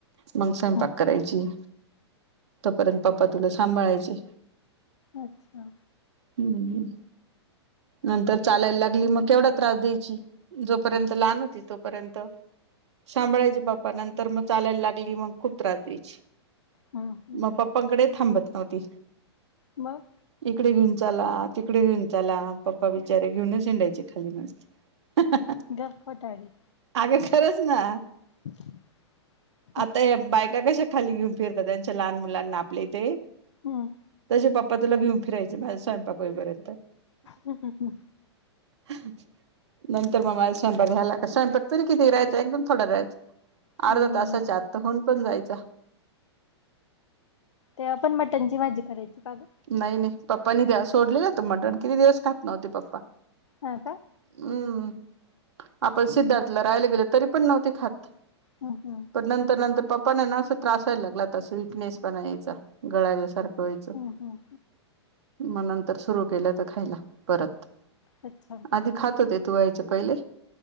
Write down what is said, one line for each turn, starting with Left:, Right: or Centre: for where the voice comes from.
Right: मग स्वयंपाक
Left: हं.
Right: करायची. पर्यंत पप्पा तुला सांभाळायचे.
Left: अच्छा.
Right: हम्म ह् नंतर चालायला लागली मग केवढा त्रास द्यायची. जोपर्यंत लहान होती तोपर्यंत. सांभाळायच पाप्पा नंतर मग चालायला लागली मग खूप त्रास द्यायची.
Left: हा हम.
Right: मग पप्पांकडे थांबत नव्हती.
Left: मग.
Right: इकडे घेऊन. चला तिकडे घेऊन चला पप्पा बचारे घेऊनच हिंडायचे खाली मस्त हा हा हा.
Left: गप खोटारडी.
Right: आगं खरच ना.
Left: <inaudible>
Right: आता हेब बायका कशा खाली घेऊन फिरतात त्यांच्या लहान मुलांना आपल्या इथे.
Left: हम्म.
Right: तसे पप्पा तुला घेऊन फियचे माझ्या स्वयंपाक होईपर्यंत.
Left: हम् हम हम्.
Right: अ हं नंतर मग माझ स्वयंपाक झाला का स्वयंपाक तरी किती राहायचं एकदम थोडं राहायचा. अर्धा
Left: हम्म.
Right: तासाच्या आत्ता होऊन पण जायचा.
Left: ते आपण मटनची भाजी करायची का ग
Right: नाही, नाही पप्पानी सोडलेलं होतं मटण किती दिवस खात नव्हती पप्पा
Left: हा का.
Right: हम्म आपण सिद्धार्थला राहिला गेलं तरी पण नव्हते खात.
Left: हं हं.
Right: पण नंतर, नंतर पप्पा ना असं त्रासायला लागला तसं विकनेस पण यायचा गळायलासारखं व्हायचं.
Left: हं हं.
Right: मग नंतर सुरू केलं तर खायला परत.
Left: अच्छा.
Right: आधी खात होतेे तू यायच्या पहिले